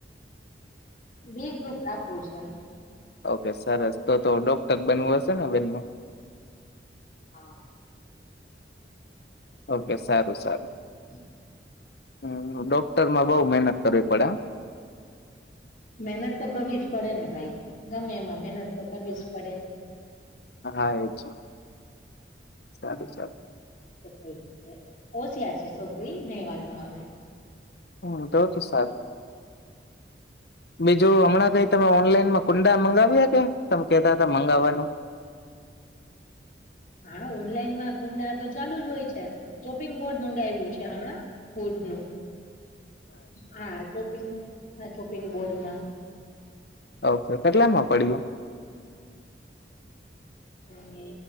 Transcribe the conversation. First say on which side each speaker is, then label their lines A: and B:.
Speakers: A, on the left; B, on the left.
A: વ રાખવું છે
B: ઓકે સરસ તો તો ડોક્ટર બનવું હશે ને બેનમાં
A: હા
B: ઓકે સારું સારું
A: હમ
B: હમ ડોક્ટરમાં બહ મહેહનત કરવી પડે
A: મહેનત તો કરવી જ પડેને ભાઈ ગમે એમાં મહેનત તો કરવી જ પડે પડે
B: હા એ છે સારું
A: હા
B: સારું
A: તો થઈ જશે ઓ સયાર છે સો ગઈ નહી વાંધો આવે
B: હમ તો તો સારું બીજું હમણાં કઈ તમે ઓનલાઈન કુંડા મંગા વ આ કે તમે કેતા હતા મંગાવવાનું
A: હા ઓનલાઈન માં કુંડા તો ચાલુ જ હોય છે ચોપિંગ બોર્ડ મંગાવ્યું છે હમણાં વૂડ નું હા ચોપિંગ ના ચોપિંગ બોર્ડ માં
B: ઓકે કેટલા માં પડ્યું
A: હ